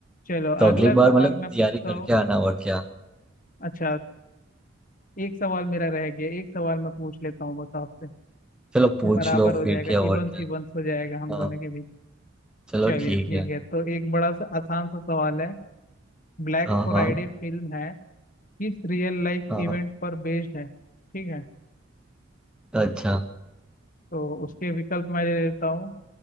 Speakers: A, on the left; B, in the centre.
A: चलो
B: तो
A: अगला
B: अगली
A: सवाल
B: बार मतलब तैयारी
A: मैं पूछता
B: करके
A: हूँ
B: आना और क्या
A: अच्छा एक सवाल मेरा रह गया एक सवाल मैं पूछ लेता हूँ बस आपसे
B: चलो पूछ
A: बराबर
B: लो
A: हो
B: फिर
A: जाएगा
B: क्या
A: इवन
B: और क्या
A: सीवंस हो जाएगा हम
B: हाँ
A: दोनों के बीच
B: चलो
A: चलिए
B: ठीक
A: ठीक
B: है
A: है तो एक बड़ा सा आसान सा सवाल है ब्लैक
B: हाँ
A: फ्राइडे
B: हाँ
A: फिल्म है किस रियल लाइफ
B: हाँ
A: इवेंट पर बेस्ड है ठीक है
B: अच्छा
A: तो उसके विकल्प मैं दे देता हूँ